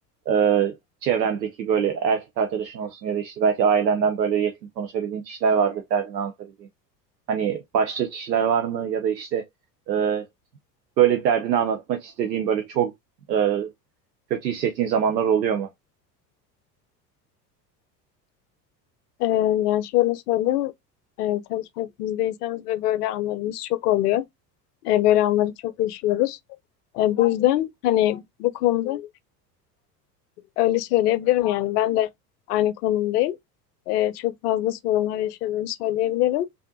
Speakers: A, on the right (about 85°); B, on the left (about 70°).
A: e, çevrendeki böyle erkek arkadaşın olsun ya da işte belki ailenden böyle yakın konuşabildiğin kişiler vardır derdini anlatabildiğin. Hani başka kişiler var mı ya da işte e, böyle derdini anlatmak istediğin böyle çok e, Kötü hissettiğin zamanlar oluyor mu?
B: Ee, yani şöyle söyleyeyim, e, çalışma ekibideyseniz ve böyle anlarımız çok oluyor. Ee, böyle anları çok yaşıyoruz. Ee, bu yüzden hani bu konuda öyle söyleyebilirim yani ben de aynı konumdayım. Ee, çok fazla sorunlar yaşadığımı söyleyebilirim.